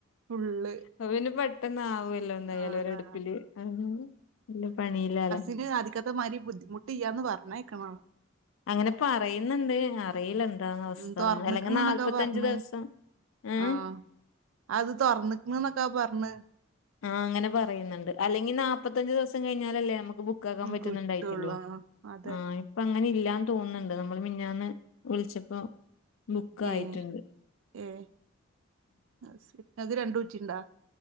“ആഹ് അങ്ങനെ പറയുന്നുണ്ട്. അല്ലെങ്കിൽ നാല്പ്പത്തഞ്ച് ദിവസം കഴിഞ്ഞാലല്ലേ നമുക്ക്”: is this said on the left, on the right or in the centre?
Left